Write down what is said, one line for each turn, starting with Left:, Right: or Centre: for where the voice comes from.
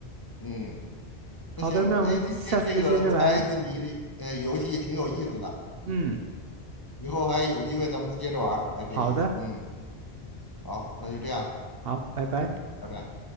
Left: 嗯，
Right: 好的，
Left: 那行，
Right: 那我们下次再接着来。
Left: 哎，今天这个猜字谜的呃游戏挺有意思的，
Right: 嗯，
Left: 以后还有机会咱们接着玩儿还可以。
Right: 好的，
Left: 嗯，好，那就这样，
Right: 好，拜拜。
Left: 拜拜。